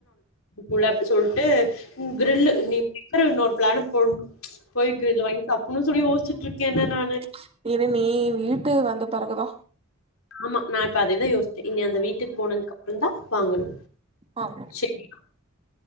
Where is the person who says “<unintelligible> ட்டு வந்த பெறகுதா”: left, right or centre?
Right